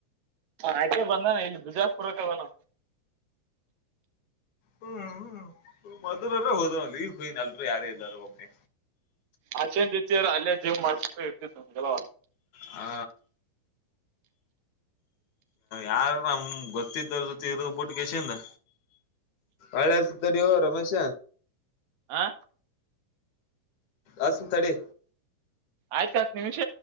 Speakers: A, on the right; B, on the left.
A: ಆಕೆ ಬಂದಾನ ಇಲ್ಲಿ ಬಿಜಾಪುರಕ್ಕೆ ಅದಾನ
B: ಹ್ಮ್್ಮ್ ಹ್ಮ್ ಮದರರ ಹೋದ್ ಈ ಹೂವನ್ ಎಲ್ರು ಯಾರ ಇಲ್ಲಾರ ಒಬ್ಮ್ಮೆ
A: ಆಶೆನ್ತಿಾರ ಅಲ್ಲೇ ಜಿಮ್ ಮಾಡ್ ಇರ್ತ ನಗೆಲ
B: ಹಾ ಯಾರ ನಮ್ ಗೊತ್ತಿದ್ದ್ರ ಜೊತೆ ಇರದ ಬುಟ್ಟಸಿಂದ ಹಳೆಸತರಿವು ರಮೇಶ
A: ಆಾ
B: ಅಷ್ಟು ತಡೆ
A: ಆಯ್ತತ್ ನಿಮಿಷ